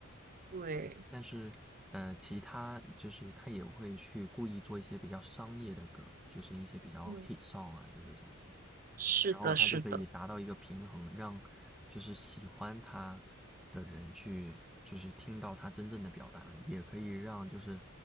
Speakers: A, on the right (about 40°); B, in the centre.
A: 对，
B: 但是，呃，其他就是他也会去故意做一些比较商业的歌，就是一些比较
A: 嗯，
B: hit song 啊这些东西。
A: 是的，
B: 然后他就可以达到一个平衡，
A: 是的。
B: 让就是喜欢他的人去就是听到他真正的表达，也可以让就是